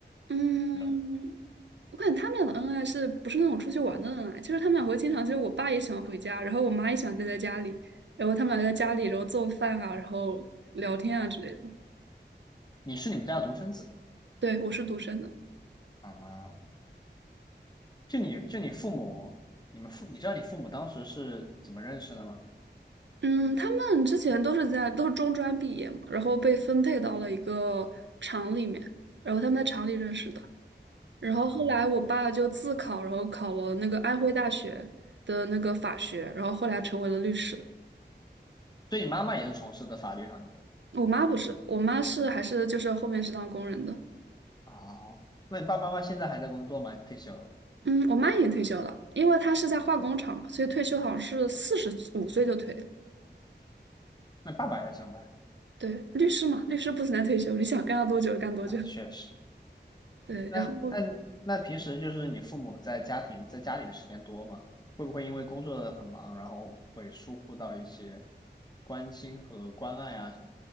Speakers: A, on the right; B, on the left.
A: 嗯。
B: 人吗？
A: 我感觉他们俩的恩爱是不是那种出去玩的恩爱？就是他们俩会经常，就是我爸也喜欢回家，然后我妈也喜欢待在家里，然后他们俩就在家里，然后做饭啊，然后聊天啊之类的。
B: 哦，你是你们家的独生子的。
A: 对，我是独生的。
B: 啊，就你就你父母，你们父，你知道你父母当时是怎么认识的吗？
A: 嗯，他们之前都是在都是中专毕业嘛，然后被分配到了一个厂里面，然后他们在厂里认识的。然后后来我爸就自考，
B: 啊，
A: 然后考了那个安徽大学的那个法学，然后后来成为了律师。
B: 对你妈妈也是从事的法律行业。
A: 我妈不是，我妈是还是就是后面是当工人的。
B: 哦，那你爸爸妈妈现在还在工作吗？退休了？
A: 嗯，我妈已经退休了，因为她是在化工厂嘛，所以退休好像是四十五岁就退了
B: 那爸爸还在上班？
A: 对，律师嘛，律师不存在退休，你想干到多久就干多久。
B: 啊，确实。
A: 对，
B: 那那那平时就是你父母在家庭在家里的时间多吗？
A: 然后
B: 会不会因为工作很忙，然后会疏忽到一些关心和关爱啊什么？